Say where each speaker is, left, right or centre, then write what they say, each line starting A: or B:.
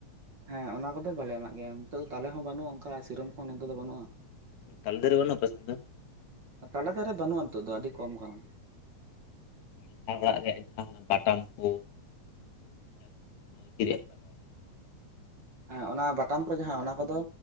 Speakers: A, on the right (about 50°); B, on the left (about 85°).
A: ᱦᱮᱸ ᱚᱱᱟ ᱠᱚᱫᱚ ᱵᱟᱞᱮ ᱮᱢᱟᱜ ᱜᱮᱭᱟ ᱱᱤᱛᱚᱜ ᱫᱚ ᱛᱟᱞᱮ ᱦᱚᱸ ᱵᱟᱹᱱᱩᱜᱼᱟ ᱚᱱᱠᱟ ᱥᱤᱨᱚᱢ ᱠᱚᱦᱚ ᱱᱚᱛᱮ ᱫᱚ ᱵᱟᱹᱱᱩᱜᱼᱟ
B: ᱛᱟᱞᱮ ᱫᱟᱨᱮ ᱵᱟ. ᱱᱩᱜ ᱟ ᱟᱯᱮ ᱥᱮᱫ ᱫᱚ
A: ᱛᱟᱞᱮ ᱫᱟᱨᱮ ᱵᱟᱹᱱᱩᱜᱼᱟ ᱱᱤᱛᱚᱜ ᱫᱚ ᱟᱹᱰᱤ ᱠᱚᱢ ᱠᱟᱱᱟ
B: ᱡᱟᱦᱟᱸ ᱚᱲᱟᱜ ᱨᱮᱭᱟᱜ ᱡᱟᱦᱟᱸ ᱵᱟᱴᱟᱢ ᱠᱚ <unintelligible> ᱛᱟᱦᱚᱞᱮ?
A: ᱦᱮᱸ ᱚᱱᱟ ᱵᱟᱴᱟᱢ ᱠᱚ ᱡᱟᱦᱟᱸ ᱚᱱᱟ ᱠᱚᱫᱚ